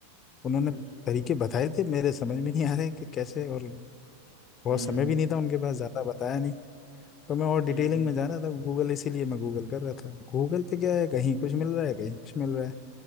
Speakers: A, on the left; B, on the right.
A: उन्होंने
B: हम्म
A: तरीके बताए थे मेरे समझ में नहीं आ रहे कि कैसे और बहुत
B: हम्म
A: समय भी नहीं था उनके पास ज़्यादा बताया नहीं तो मैं और डिटेलिंग
B: हम्म
A: में जा रहा था गूगल इसीलिए मैं गूगल कर रहा था गूगल पे क्या है कहीं कुछ मिल रहा है कहीं कुछ मिल रहा है